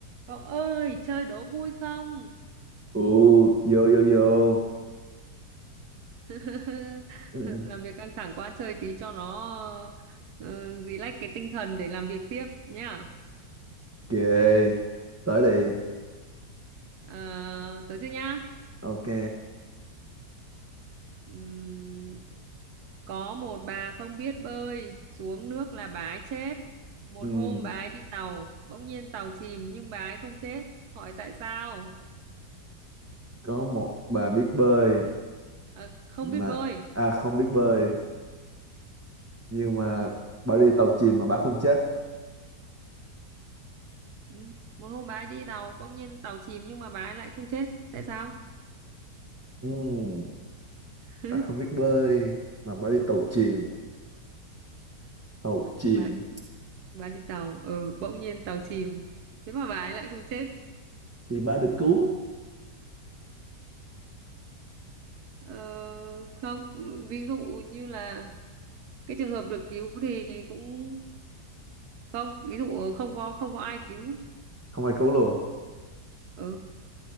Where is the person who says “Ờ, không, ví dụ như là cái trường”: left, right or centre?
Right